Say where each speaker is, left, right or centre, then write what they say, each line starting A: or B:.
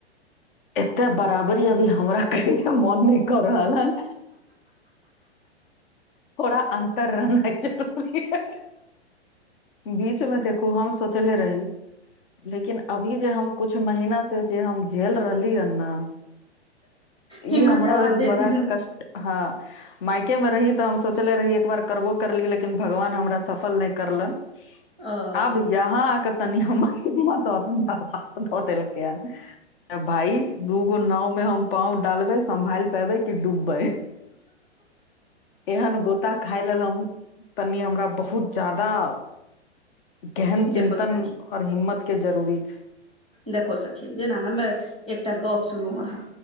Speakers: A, on the left; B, on the left.
A: एते बराबरी अभी हमरा करय केँ मोन नै कऽ रहल हन थोड़ा अन्तर रहनाय जरुरी अय बीच मे देखू हम सोचले रही लेकिन अभी जे हम कुछ महीना से जे हम झेल रहल ली ह न <inaudible> इ
B: हिम्मत
A: हमरा
B: जवाब
A: लेल
B: दे
A: बडा
B: देलहु
A: कष्ट हँ माइके म रही तऽ हम सोचले रही एक बार करबो करली लेकिन भगवान हमरा सफल नै करलन
B: अ
A: आब यहां आके तनी हमर <unintelligible> दऽ देलकै हन <inaudible> भाय दूगो नाव में हम पांव डालबय सम्भाल पेबे की डूबबय एहन गोता खाय लेल हम <inaudible> तनि हमरा बहुत जादा <inaudible> गेहन
B: देखो
A: चिन्तन
B: सखी
A: और हिम्मत केँ जरूरी छै
B: देखो सखी जेना हमे एकटा गप सुनु अहाँ